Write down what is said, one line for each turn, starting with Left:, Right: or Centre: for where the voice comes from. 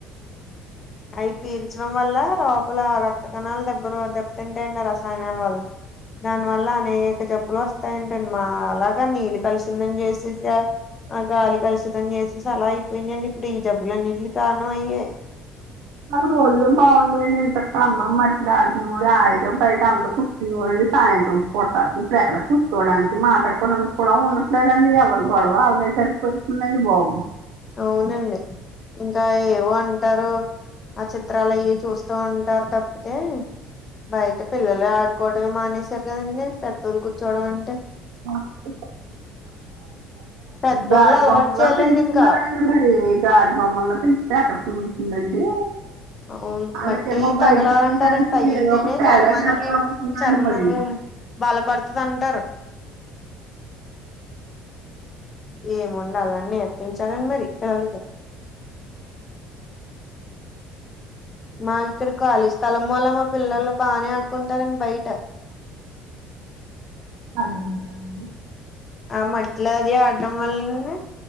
Left: అవి పీల్చడం వల్ల లోపల రక్త కణాలు దెబ్బ దెబ్బతింటాయండి ఆ రసాయనాల వల్ల దాని వల్ల అనేక జబ్బులు వస్ త్త ఏంటం మా అలాగా నీళ్ళు కలిసిందని చేసేసా ఆ గాలి కలుషితం చేసేసి అలా అయిపోయిందండి ఇప్పుడు ఈ జబ్బుల అన్నింటికి కారణం అయ్యే
Right: నాకు రోజులే బాగుంయండి ఎన్ చెక్కా అందరం మట్టిలో ఆడుకొనే వారు <unintelligible> అందరు ఇగోండి సాయంత్రం పూట ఇప్పుడు ఎక్కడ కూర్చోవడానికి మాట్లాడుకోవడానికి కూడా ఉండదు లేదండి ఎవరి గొడవ అళ్దే సరిపోతుందండి బాబు
Left: అవునండి ఇంకా ఏవో అంటారు ఆ చిత్రాలు అయి చూస్తూ ఉంటారు తప్పితే బయట పిల్లలే ఆడుకోవడంమే మానేసారు కదండి పెద్దళ్లు కూర్చోవడం అంటే
Right: <inaudible>
Left: పెద్దోళ్ళు
Right: గాజు
Left: అలవాటు
Right: బొమ్మలా
Left: చేయాలండి
Right: పెంచుతున్నార్
Left: ఇంకా
Right: ఇంగ మరి గాజు బొమ్మల్లా పెంచుతే ఎక్కడ కుదురుతుందండి
Left: అవును
Right: వాళ్ళకేమో
Left: మట్టి
Right: బయటకి
Left: తగలాలంటారంట
Right: వెళ్ళిన దానికి
Left: తగిలితేనే
Right: ఏదో ఒక తేడా
Left: చర్మానికి
Right: చేస్తా ఉంటుందండి
Left: చర్మం
Right: మరి
Left: బల పడతంటారు ఏముండ అలా నేర్పించాలండి మరి పిల్లలకి మా ఇక్కడ ఖాళీ స్థలం వల్ల మా పిల్లలు బానే ఆడుకుంటారండి బయట
Right: అ అలా ఉంటనండి
Left: ఆ మట్లోది ఆడం వల్లే